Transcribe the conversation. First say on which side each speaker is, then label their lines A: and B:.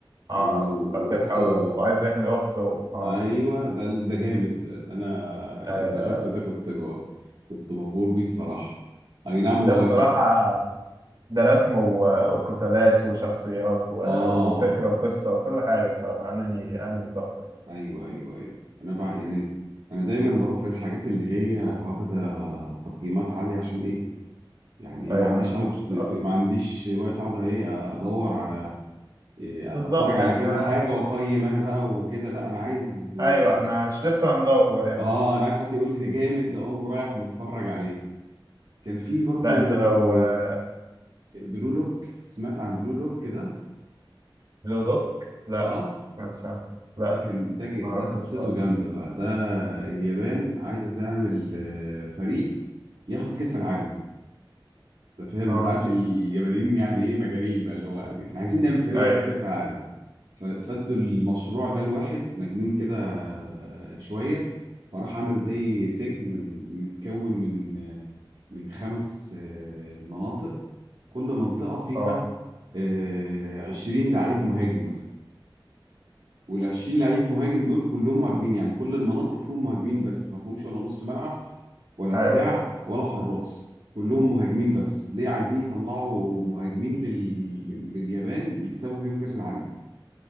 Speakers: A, on the right (about 55°); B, on the right (about 70°).
A: اه
B: و...
A: بعد
B: وأخته
A: كده تحاول وعايز يحمي اخته اه
B: أيوه ده ده جامد ده, ده أنا
A: ايوه
B: لما
A: ده
B: شفته ده كنت ب... كنت مبهور بيه الصراحة أي نعم هو
A: ده بصراحه ده رسم و- وقتالات وشخصيات و-
B: آه
A: وفكره وقصه وكل حاجه بصراحه انمي انمي تحفه
B: أيوه أيوه أيوه أنا بقى يعني أنا دايما بروح للحاجات اللي هي واخدة تقييمات عالية عشان إيه يعني إيه،
A: ايوه
B: ما عنديش اقعد
A: مش أص...
B: في- ما عنديش وقت اقعد ايه ادور على إيه
A: بالظبط
B: اتفرج على
A: احنا
B: كذا حاجه واقيم انا بقى وكده لا انا عايز إيه،
A: ايوه احنا مش لسه هندور يعني
B: اه انا عايز حد يقول لي ده جامد اقوم رايح متفرج عليه كان في برضو
A: لا انت لو آه،
B: بلو لوك سمعت عن بلو لوك ده
A: بلو لوك لا
B: اه
A: سمعتش عنه لا
B: ده كان ده ج-
A: ما اعرفوش
B: ده قصته
A: خالص
B: جامده بقى ده اليابان عايزه تعمل آه، فريق ياخد كاس العالم انت فاهم
A: اه
B: انت عارف اليابانيين يعني ايه مجانين بقى اللي هو يعني احنا عايزين نعمل فريق
A: ايوه
B: ياخد كاس العالم ف- فادوا المشروع ده لواحد مجنون كده شوية فراح عمل زي سجن متكون من من خمس آه، مناطق كل منطقة فيها
A: اه
B: آه، عشرين لعيب مهاجم مثلا والعشرين لعيب مهاجم دول كلهم مهاجمين يعني كل المناطق فيهم مهاجمين بس ما فيهمش ولا نص ملعب ولا دفاع
A: ايوه فاهم
B: ولا حراس كلهم مهاجمين بس ليه عايزين يطلعوا مهاجمين لل... لليابان يكسبوا بيهم كأس العالم